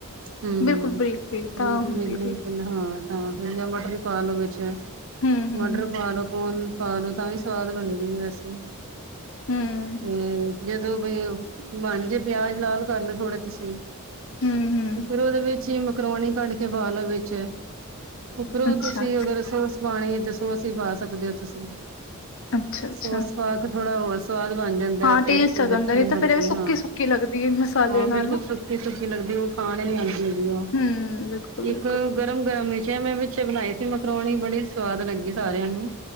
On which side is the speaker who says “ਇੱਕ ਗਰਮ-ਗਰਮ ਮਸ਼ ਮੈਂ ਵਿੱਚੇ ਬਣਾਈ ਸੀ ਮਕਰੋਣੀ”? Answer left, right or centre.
Right